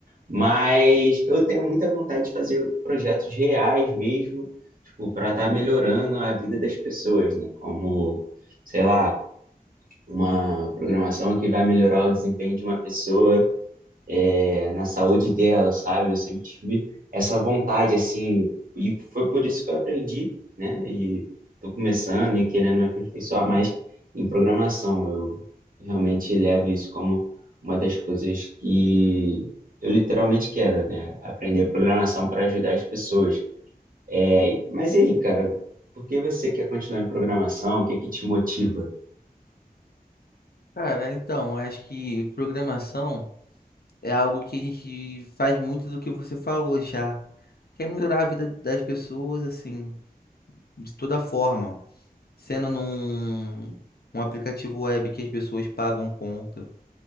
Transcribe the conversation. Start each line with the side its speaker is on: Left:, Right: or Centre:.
Right: Mas eu tenho muita vontade de fazer projetos reais mesmo, tipo, para estar melhorando a vida das pessoas, né? Como, sei lá, uma programação que vai melhorar o desempenho de uma pessoa é, na saúde dela, sabe? Eu sempre tive essa vontade, assim, e foi por isso que eu aprendi, né? E tô começando e querendo me aperfeiçoar mais em programação. Eu realmente levo isso como uma das coisas que eu literalmente quero, né? Aprender programação para ajudar as pessoas. É, mas e aí, cara? Por que você quer continuar em programação? O que que te motiva?
Left: Cara, então, eu acho que programação é algo que a gente faz muito do que você falou já. Quer melhorar a vida das pessoas, assim, de toda forma. Sendo num um aplicativo web que as pessoas pagam conta